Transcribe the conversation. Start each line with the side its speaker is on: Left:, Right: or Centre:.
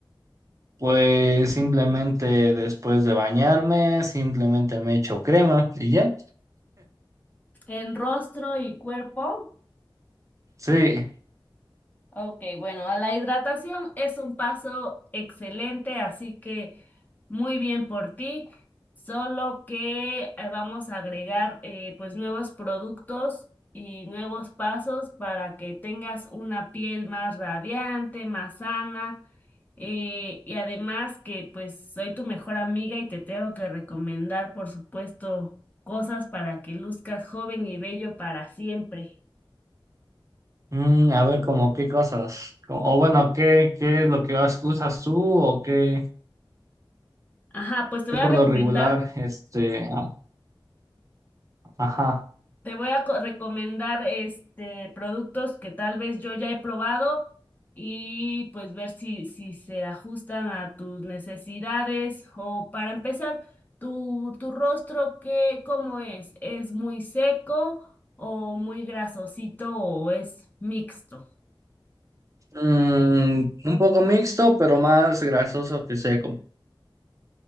Right: Pues simplemente después de bañarme, simplemente me echo crema y ya.
Left: en rostro y cuerpo.
Right: Sí,
Left: Ok, bueno, la hidratación es un paso excelente, así que muy bien por ti, solo que eh, vamos a agregar eh, pues nuevos productos y nuevos pasos para que tengas una piel más radiante, más sana eh, y además que pues soy tu mejor amiga y te tengo que recomendar por supuesto cosas para que luzcas joven y bello para siempre.
Right: Mm, a ver, como qué cosas, o bueno, ¿qué, qué es lo que vas- usas tú o qué,
Left: Ajá, pues te
Right: qué
Left: voy
Right: por
Left: a recomendar
Right: lo regular, este, a- ajá.
Left: Te voy a co- recomendar este productos que tal vez yo ya he probado y pues ver si, si se ajustan a tus necesidades. O para empezar, tu, tu rostro, ¿qué, cómo es? ¿Es muy seco o muy grasosito o es mixto?
Right: Mm, un poco mixto, pero más grasoso que seco.